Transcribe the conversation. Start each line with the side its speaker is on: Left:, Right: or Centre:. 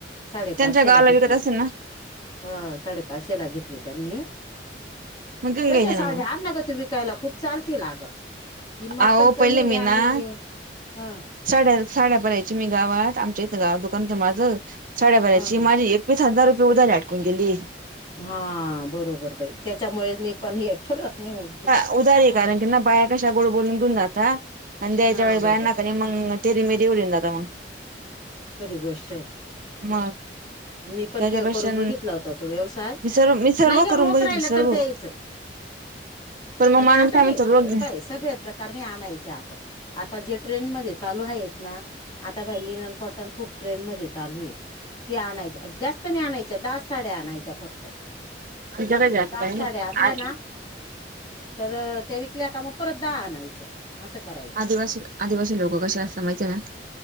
Left: साडेपाचशे
Right: त्यांच्या गावाला
Left: ला घेतली
Right: विकत
Left: हो.
Right: असेल ना
Left: ह साडेपाचशे ला घेतली त्यांनी,
Right: मग घेऊन
Left: तशा
Right: घ्यायचे
Left: साड्या
Right: ना मग
Left: आपल्याला विकायला खूप चालती अगं, किंमत
Right: अहो
Left: पण कमी
Right: पहिले मी
Left: आणि
Right: ना
Left: ह
Right: साड्या, साड्या भराची मी गावात आहात आमच्या इथं गावात दुकानत माझं साड्या बऱाची
Left: ह
Right: माझी वीस हजार रुपये उद्यारी आटकून गेली.
Left: हा बरोबर बाई त्याच्यामुळे मी पण हे ठरत नाही हो.
Right: उदारी कारण त्यां बाया कशा गोड बोलून घेउन जातात आणि द्याच्या
Left: हा
Right: वळी
Left: बरोबर
Right: बायांना मग तेेरी मेरी येऊन जातो मग.
Left: खरी गोष्ट आहेत.
Right: मग
Left: मी पण
Right: त्याच्यापेक्षा
Left: करून बघितला होत तो व्यवसाय
Right: मी सर्व मी सर्व
Left: नाही ग
Right: करून
Left: रोख
Right: बघितली
Left: राहिला
Right: सर्व
Left: तर द्यायचं.
Right: पण
Left: आणि
Right: मग माणूस
Left: असं
Right: काय
Left: नाही
Right: म्हणतो रोज
Left: हे पाय सगळ्या प्रकार. कारणे आणायच्या आता जे ट्रेनमध्ये चालू आहेत ना आता राहिली खूप ट्रेन मध्ये चालू आहे ते आणायच्या जास्त नाही आणायच्या दहा साड्या आणायच्या फक्त.
Right: अ जग जात
Left: दहा
Right: काय
Left: साड्या
Right: ना
Left: आणल्या
Right: आ.
Left: ना तर त्या विकल्या कामा परत दहा आणायच्या असं करायचं
Right: आदिवासी आदिवासी लोक कशा असतात माहिती आहे ना